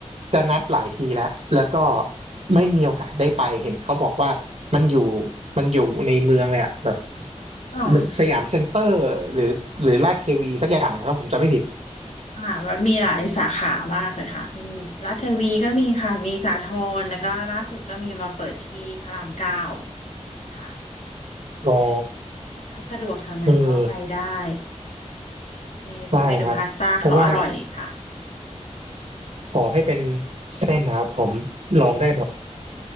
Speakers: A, on the right; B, on the left.
A: จะนัดหลายทีแล้วแล้วก็ไม่มีโอกาสได้ไปเห็นเขาบอกว่ามันอยู่มันอยู่ในเมืองเลยอ่ะแบบ
B: อ่า
A: มันสยามเซ็นเตอร์หรือหรือลาดเทวีสักอย่างนะครับผมจำไม่ผิด
B: อ่าแบบมีหลายสาขามากเลยค่ะมีรัฐเทวีก็มีค่ะมีสาทรแล้วก็ล่าสุดก็มีมาเปิดที่พระรามเก้าค่ะ
A: อ๋อ
B: ถ้าสะดวกแถวไหนก็ไปได้
A: เออ
B: เมเมนูพาสต้าเขาอร่อยค่ะ
A: ได้ครับเพราะว่าขอให้เป็นเส้นนะครับผมลองได้หมด